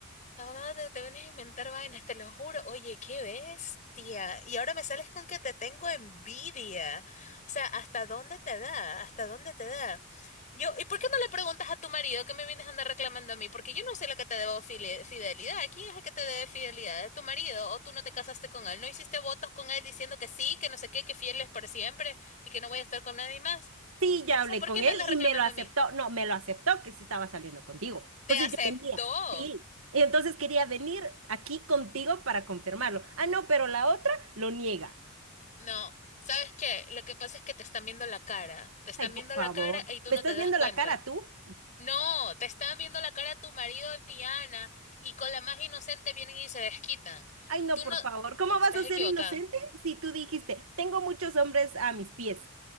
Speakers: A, on the left; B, on the right.
A: No, dónde te, te vienes a inventar vainas, te lo juro. Oye, qué bestia. Y ahora me sales con que te tengo envidia. O sea, ¿hasta dónde te da? ¿Hasta dónde te da? Yo, ¿y por qué no le preguntas a tu marido que me vienes a andar reclamando a mí? Porque yo no soy la que te debo fili- fidelidad. ¿Quién es el que te debe fidelidad? ¿Es tu marido? ¿O tú no te casaste con él? ¿No hiciste votos con él diciendo que sí, que no sé qué, que fieles por siempre y que no voy a estar con nadie más?
B: Sí, ya
A: Entonces,
B: hablé
A: ¿por
B: con
A: qué
B: él
A: me andas reclamando
B: y me lo aceptó.
A: a mí?
B: No, me lo aceptó que sí estaba saliendo contigo. Entonces
A: Te aceptó.
B: yo venía, sí. Y entonces quería venir aquí contigo para confirmarlo. Ah, no, pero la otra lo niega.
A: No, ¿sabes qué? Lo que pasa es que te están viendo la cara, te están
B: Ay, por
A: viendo
B: favor.
A: la cara y tú
B: ¿Me
A: no
B: estás
A: te das
B: viendo
A: cuenta.
B: la cara tú?
A: No, te están viendo la cara tu marido y Ana y con la más inocente vienen y se desquitan.
B: Ay, no,
A: Tú
B: por
A: no,
B: favor.
A: no,
B: ¿Cómo
A: estás
B: vas a ser
A: equivocada.
B: inocente si tú dijiste, tengo muchos hombres a mis pies?